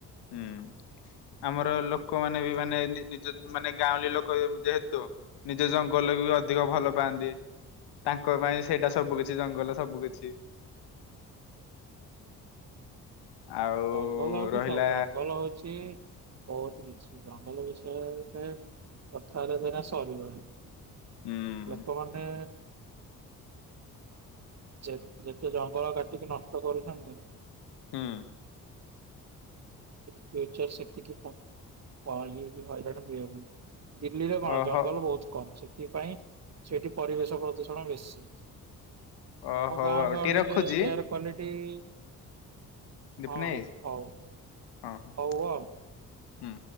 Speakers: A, on the left; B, on the right.
A: ହୁଁ। ଆମର ଲୋକମାନେ ବି ମାନେ ନିଜ ମାନେ ଗାଁଉଲି ଲୋକ ଯେହେତୁ ନିଜ ଜ ଜଙ୍ଗଲକୁ ବି ଅଧିକ ଭଲ ପାଆନ୍ତି। ତାଙ୍କ ପାଇଁ ସେଇଟା ସବୁ କିିଛି ଜଙ୍ଗଲ ସବୁ କିଛି। ଆଉ
B: ଜଙ୍ଗଲ ହଉଛି
A: ରହିଲା
B: ସବୁ, ଜଙ୍ଗଲ ହଉଛି ବହୁତ କିଛି ଜଙ୍ଗଲ ବିଷୟରେ ତମେ କଥା ହେଲେ ତ ଏଇନା ସରିବନି।
A: ହୁଁ।
B: ଲୋକମାନେ ଯେ ଯେତେ ଜଙ୍ଗଲ କାଟିକି ନଷ୍ଟ କରୁଛନ୍ତି।
A: ହଁ।
B: ଇ ଫ୍ୟୁଚରସ ସେତିକି <unintelligible> ହଇରାଣ ମୁଁ ଦିଲ୍ଲୀରେ କଣ
A: ଓହୋ
B: ଜଙ୍ଗଲ ବହୁତ କମ ସେ ସେଥିପାଇଁ ସେଇଠି ପରିବେଶ ପ୍ରଦୂଷଣ ବେଶୀ।
A: ଓ
B: ଆମ
A: ହଉ
B: ଗାଁ
A: ଆଉ
B: ଗହଳିରେ
A: ଟିକେ ରଖୁଛି
B: ଏୟାର କ୍ଵାଲିଟି ଇ
A: ଦୀପନେଇ
B: ହଁ ରଖ ହଉ।
A: ହଁ ହଁ
B: ହଉ ଆଉ।
A: ହୁଁ।